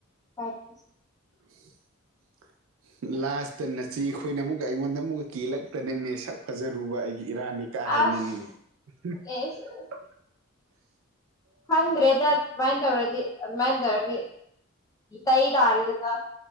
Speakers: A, on the left; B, on the right.
A: <unintelligible>
B: <unintelligible> <inaudible> ꯂꯥꯁꯇ ꯅꯆꯦ ꯈꯣꯏꯅ ꯑꯃꯨꯛ ꯑꯩꯉꯣꯟꯗ ꯑꯃꯨꯛꯀ ꯀꯦꯜꯂꯛꯇꯅꯅꯦ ꯁꯛ ꯐꯖꯔꯨꯕ ꯑꯩꯒꯤ ꯏꯔꯥꯟꯅꯤ ꯀ ꯍꯥꯏꯅꯤꯅꯦ
A: ꯑꯁ
B: <unintelligible>
A: ꯑꯦꯁ ꯈꯪꯗ꯭ꯔꯦꯗ ꯑꯗꯨꯃꯥꯏꯅ ꯇꯧꯔꯗꯤ ꯑꯗꯨꯃꯥꯏꯅ ꯇꯧꯔꯗꯤ ꯏꯇꯩ ꯇꯥꯥꯔꯦꯗꯅ